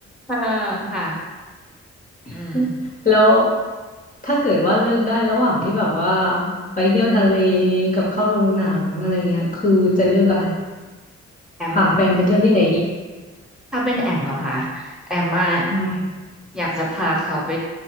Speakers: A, in the centre; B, on the left.
A: อ่าค่ะ
B: <laughs>
A: อืม
B: แล้วถ้าเกิดว่าเลือกได้ระหว่างที่แบบว่าไปเที่ยวทะเลกับเข้าโรงหนังอะไรเงี้ยคือจะเลือกอะไร
A: แอม
B: พาแฟนไปเที่ยวที่ไหนดี
A: ถ้าเป็นแอมเหรอคะแอมมา
B: ใช่
A: อยากจะพาเขาไป